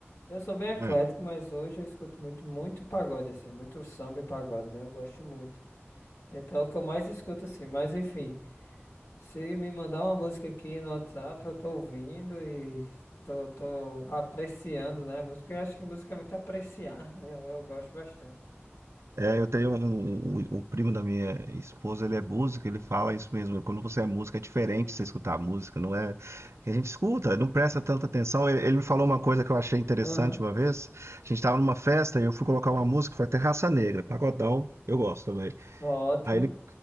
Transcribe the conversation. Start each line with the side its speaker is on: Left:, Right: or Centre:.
Left: Eu sou bem eclético,
Right: né?
Left: mas hoje eu escuto muito, muito pagode, assim, muito samba e pagode, né? Eu gosto muito. Então é o que eu mais escuto, assim, mas enfim, se me mandar uma música aqui no WhatsApp, eu tô ouvindo e tô, tô apreciando, né? a Música, eu acho que música é muito apreciar, né? Eu, eu gosto bastante.
Right: É, eu tenho um, um- o primo da minha esposa, ele é músico, ele fala isso mesmo. Quando você é músico, é diferente você escutar a música, não é? que A gente escuta, não presta tanta atenção. Ele, ele me falou uma coisa que eu achei interessante
Left: Aham,
Right: uma vez. A gente estava numa festa e eu fui colocar uma música, foi até Raça Negra, pagodão, eu gosto também.
Left: Ótimo.
Right: Aí ele.